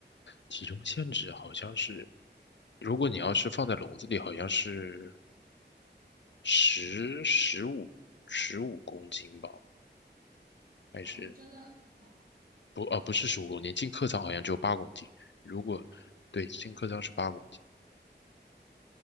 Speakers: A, on the left; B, on the right.
A: 体重限制好像是，如果你要是放在笼子里，好像是十十五十五公斤吧。还是
B: 啊，那真的哦
A: 不，呃，不是十五公斤，进客舱好像只有八公斤。如果对，进客舱是八公斤，